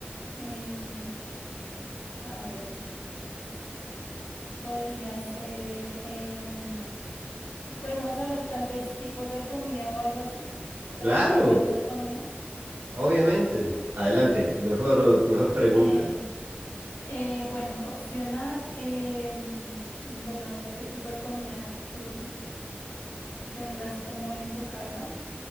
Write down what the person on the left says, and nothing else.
Em, a ver, podría ser, em, podemos hablar tal vez tipos de comida o algo así, preguntarte
algo de comida.
Eh, Eh, bueno, opción A, em, bueno, no sé qué tipo de comida tú tendrás como en tu casa,